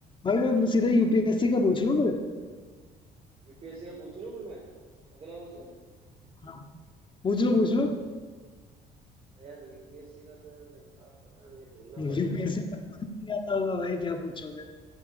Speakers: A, on the left; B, on the right.
A: भाई मैं सीधा यूपीएससी का पूछ लूँ फिर
B: यूपीएससी का पूछ लूँ फिर मैं अगला क्वेश्चन
A: हाँ पूछ लो पूछ लो
B: यार यूपीएससी का तो यार निका पता नहीं है ढूंढना
A: यूपीएससी
B: पड़ेगा यार
A: का खुद ही नहीं आता होगा भाई क्या पूछोगे